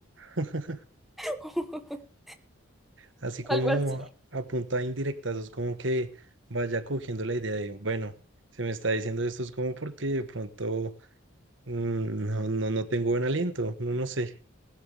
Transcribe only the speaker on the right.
<laughs>
así como
a punta indirecta, eso es como que vaya cogiendo la idea de, bueno, se me está diciendo esto es como porque de pronto mm, no, no, no tengo buen aliento, no, no sé.